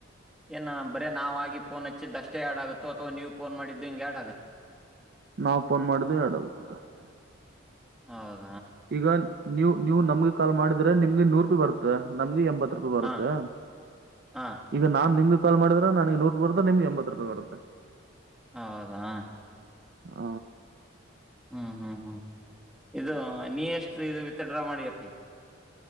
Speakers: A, in the centre; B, on the right (about 50°).
A: ಏನ್ ಬರ ನಾವ ಆಗ ಫೋನ್ ಹಚ್ಚಿದ್ದ್ ಅಷ್ಟೇ ಎರಡ್ ಆಗುತ್ತೋ ಅಥವಾ ನೀವು ಫೋನ್ ಮಾಡಿದ್ದು ಹಿಂಗಗೆ
B: ನಾ ಫೋನ್ ಮಾಡಿದೆ ಆಡಲ್ಂತ <unintelligible>
A: ಹಾ <unintelligible>
B: ಈಗ ನೀವು ನೀವು ನಮ್ಗೆ ಕಾಲ್ ಮಾಡಿದ್ರೆ ನಿಮ್ಗೆ ನೂರು ರೂಪಾಯಿ ಬರತ್ತೆ, ನಮ್ಗೆ ಎಂಬತ್ತು <unintelligible> ಬರುತ್ತೆ.
A: ಹಾಂ, ಹಾಂ.
B: ಈಗ ನಾನ್ ನಿಮ ಕಾಲ್ ಮಾಡದ್ರೆ ನನಗೆ ನೂರು ರೂಪಾಯಿ ಬರ್ತೆ, ನಿಮಗೆ ಎಂಬತ್ ರೂಪಾಯಿ ಬರುತ್ತೆ.
A: ಹೌದಾ
B: ಹ
A: ಹ್ಮ್ ಹ್ಮ್ ಹ್ಮ್, ಇದು ನೀ ಎಷ್ಟ್ ಇದು ವಿತ್ಡ್ರಾ ಮಾಡಿ ಅಪ್ಪಿ?